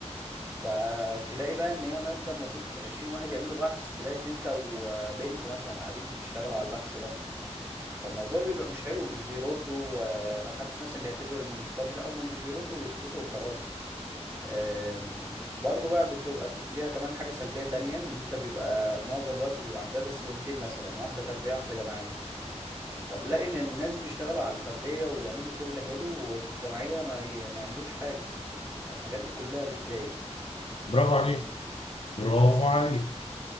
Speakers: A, on the right (about 25°); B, on the left (about 55°).
A: فتلاقي بقى إن هي مادة المفروض 20 واحد يعملوا بحث تلاقي إن أنت وبنت مثلا قاعدين بتشتغلوا على البحث ده فالموضوع بيبقى مش حلو ومش بيردوا وما حدش مثلا بيعتذر إنه مش فاضي لا هم مش بيردوا ويفكسوا وخلاص آم، برضو بقى بتبقى في... ليها كمان حاجة سلبية تانية ان انت بيبقى معظم الوقت بيبقى عندها تسليمتين مثلا واحدة فردية واحدة جماعية فتلاقي ان الناس بيشتغلوا على الفردية ويعملوا شغل حلو وفي الجماعية ما, ي... ما يعملوش حاجة فالحاجات دي كلها بتضايق
B: برافو
A: <laughs>
B: عليك برافو عليك